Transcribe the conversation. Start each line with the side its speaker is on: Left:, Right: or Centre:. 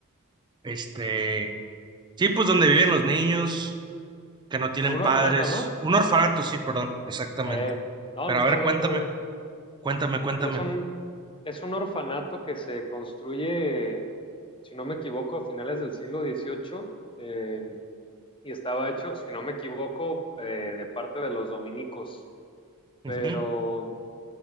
Right: Este, sí, pues donde viven los niños que no tienen
Left: Como un
Right: padres.
Left: orfanato, ¿no?
Right: Un orfanato, sí, perdón, exactamente.
Left: Eh, no,
Right: Pero
Left: no,
Right: a
Left: todo
Right: ver,
Left: bien,
Right: cuéntame,
Left: todo bien.
Right: cuéntame, cuéntame.
Left: Pues es un, es un orfanato que se construye si no me equivoco, a finales del siglo XVIII eh, y estaba hecho, si no me equivoco, eh, de parte de los dominicos. Pero
Right: Ujú,